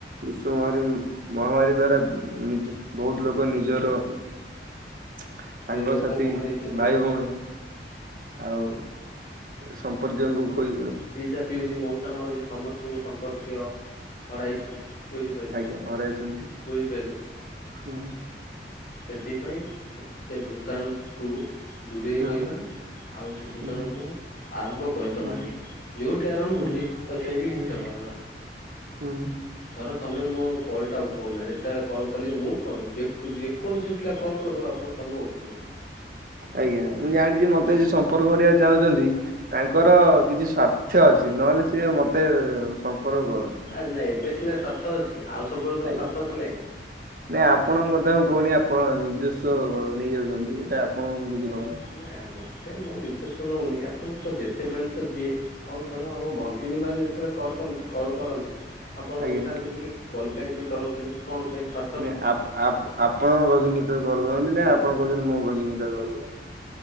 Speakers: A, on the right; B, on the left.
A: ବିଶ୍ବ ମାରୀ ମହାମାରୀ ଦ୍ଵାରା ନିଜେ ବହୁତ ଲୋକ ନିଜର ସାଙ୍ଗ
B: ନିଜ ଲୋକଙ୍କୁ
A: ସାଥି
B: ହରାଇଛନ୍ତି।
A: ଭାଇ ଭଉଣୀ ଆଉ ସମ୍ପର୍କୀୟଙ୍କୁ ଖୋଇ
B: ପିଇସା ପିଉସୀ ମଉସା ମାଉସୀ ସମସ୍ତଙ୍କୁ ସମ୍ପର୍କୀୟ ହରାଇଛନ୍ତି। ବୁଝିପାଇଲେ
A: ଆଜ୍ଞା ହରାଇଛନ୍ତି।
B: ବୁଝିପାଇଲୁ।
A: ହୁଁ।
B: ସେଥିପାଇଁ ସେ ଭୂତାଣୁ କୁ ଦୂରେଇ
A: ହୁଁ
B: ରହିବା ଆଉ ସେ ଭୂତାଣୁ
A: ହୁଁ
B: କୁ ଆରମ୍ଭ କରିଦବା
A: ହୁଁ
B: ନାଇଁ। ଯୋଉଠି ଆରମ୍ଭ
A: ହୁଁ
B: ହଉଚି ତାକୁ ସେଇଠି ହିଁ
A: ହୁଁ
B: ଶେଷ କରିଦବା।
A: ହୁଁ।
B: ତର ତମେ ମୋ କଲ୍ ଟା ଉଠଉନା ଯେତେବେଳେ କଲ୍ କଲି ମୁଁ କଣ ଯେ କ ଯେକୌଣସି ପିଲା କଲ୍ କରୁ ଆପଣ ତମେ ଉଠଉନା।
A: ଆଜ୍ଞା
B: ହେଲା
A: ମୁଁ ଜାଣିଚି ମତେ ଆଜି ସମ୍ପର୍କ କରିବାକୁ ଚାହୁଁଚନ୍ତି। ତାଙ୍କର
B: ହୁଁ
A: କିଛି ସ୍ଵାର୍ଥ ଅଛି ନହେଲେ ସିଏ ମତେ ସମ୍ପର୍କ କରନ୍ତିନି।
B: ନା ଏବେ ସିନା ସ୍ୱାର୍ଥ ଅଛି ଆଉ ସବୁବେଳେ କଣ
A: ଆଜ୍ଞା
B: ସ୍ୱାର୍ଥ ଥିଲା କି।
A: ନାଇଁ ଆପଣଙ୍କ କଥା ମୁଁ କହୁନି ଆପଣ ନିଜସ୍ୱ ନେଇ ଯାଉଚନ୍ତି ଏଇଟା ଆପଣଙ୍କୁ ମୁଁ କିଛି କହୁନି।
B: ନା ମତେ ମୁଁ ନିଜସ୍ଵ ନଉନି ଆପଣ ତ ଯେତେବେଳେ ତ ଯିଏ ହଉ ଧର ଆମ ଭଗିନୀ ମାନେ ଯେତେବେଳେ କଲ କରନ୍ତି କଲ୍ କରନ୍ତି ଆପଣ
A: ଆଜ୍ଞା
B: ତ ଉଠାନ୍ତିନି କି କଲ୍ ବ୍ୟାକ୍ ବି କରନ୍ତିନି କଣ ପାଇଁ ସ୍ୱା
A: ନାଇଁ ଆପ-ଆପ-ଆପଣଙ୍କ ଭଗିନୀ ଯେତେବେଳେ କଲ୍ କରନ୍ତି
B: କଣ
A: ନା ଆପଣ କହୁଚନ୍ତି ମୋ ଭଗନୀ ଯେତେବେଳେ କଲ୍ କରନ୍ତି?